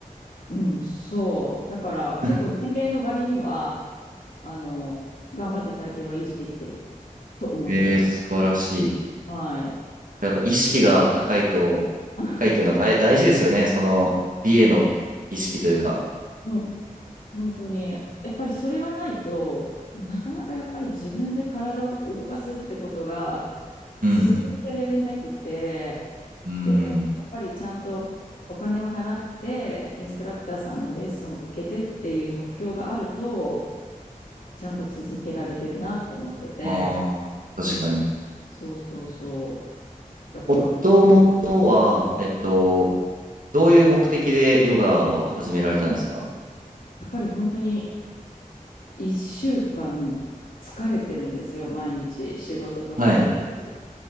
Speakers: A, on the left; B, on the right.
A: うん、そう。だから結構年齢の割には、
B: <laughs>
A: あの、頑張って体型は維持できてると思ってます。
B: えー素晴らしい。
A: はい。
B: やっぱ意識が高いと、
A: <laughs>
B: 高いっていうのは大、大事ですよね。その、美への意識というか。
A: うん、本当に。やっぱりそれがないと、でもなかなかやっぱり自分で体を動かすってことが
B: うん
A: 続けられなくて、
B: うん。うん
A: でも、やっぱりちゃんとお金を払って、インストラクターさんのレッスンを受けてっていう目標があると、ちゃんと続けられてるなと思ってて、
B: ああ、確かに。
A: うん、そうそうそう。だから、
B: もともとは、
A: や
B: えっと、どういう目的でヨガは始められたんですか
A: っぱり本当に1週間疲れてるんですよ、毎日、仕事と子育て。
B: はい。